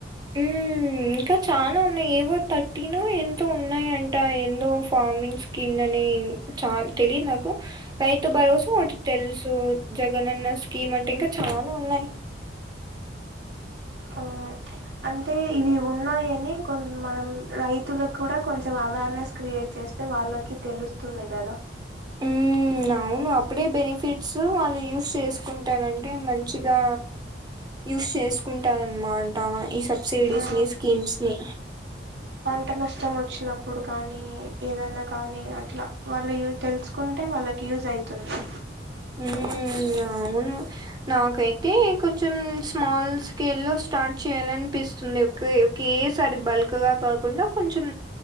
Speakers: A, on the right; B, on the right.
A: హ్మ్. ఇంకా చానా ఉన్నాయ్ ఏవో థర్టీనో ఎంతో ఉన్నాయంట ఎందో ఫార్మింగ్స్ కింద నే హూ చాల్ తెలిదు నాకు రైతు భరోసా ఒకటి తెలుసు జగనన్న స్కీమ్ అంటే ఇంకా చానా ఉన్నాయి
B: ఆ అంటే ఇవి ఉన్నాయని కొ మనం రైతులకు కూడా కొంచం త అవేర్నెస్ క్రియేట్ చేస్తే వాళ్ళకి తెలుస్తుంది కదా
A: హ్మ్. అవును అప్పుడే బెనిఫిట్స్ వాళ్ళు యూస్ చేసుకుంటానంటే మంచిగా యూస్ చేసుకుంటారన్నమాట ఈ సబ్సిడీస్
B: ఆ
A: ని స్కీమ్స్ ని
B: పంట నష్టం వచ్చినప్పుడు కానీ ఏదన్న కానీ అట్లా వాళ్ళు తెలుసుకుంటే వాళ్ళకి యూజ్ అయితుంది
A: మ్ ఇగ అవును నాకైతే కొంచెం స్మాల్ స్కేల్ లో స్టార్ట్ చేయాలనిపిస్తుండే ఒకే ఒకేసారి బల్క్ గా కాకుండా కొంచెం